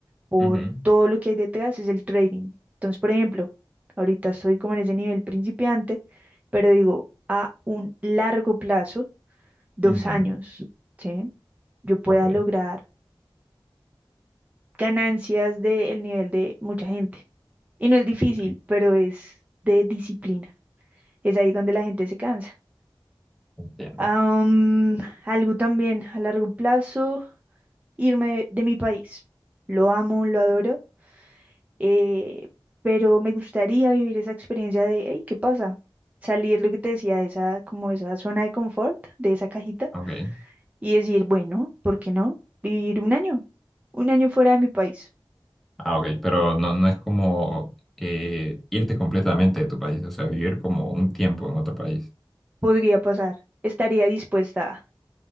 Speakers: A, on the right; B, in the centre.
A: por
B: Ujú.
A: todo lo que hay detrás es el trading. Entonces, por ejemplo, ahorita estoy como en ese nivel principiante, pero digo, a un largo plazo, dos
B: Ujú.
A: años, ¿sí? Yo pueda
B: Ok,
A: lograr ganancias del nivel de mucha gente. Y no es difícil,
B: ok.
A: pero es de disciplina. Es ahí donde la gente se cansa.
B: Entiendo.
A: Am, algo también a largo plazo. irme de mi país. Lo amo, lo adoro, eh, pero me gustaría vivir esa experiencia de, hey, ¿qué pasa? Salir lo que te decía, de esa, como esa zona de confort, de esa cajita,
B: Ok.
A: y decir, bueno, ¿por qué no? Vivir un año, un año fuera de mi país.
B: Ah, ok, pero no, no es como eh, irte completamente de tu país, o sea, vivir como un tiempo en otro país.
A: Podría pasar, estaría dispuesta a,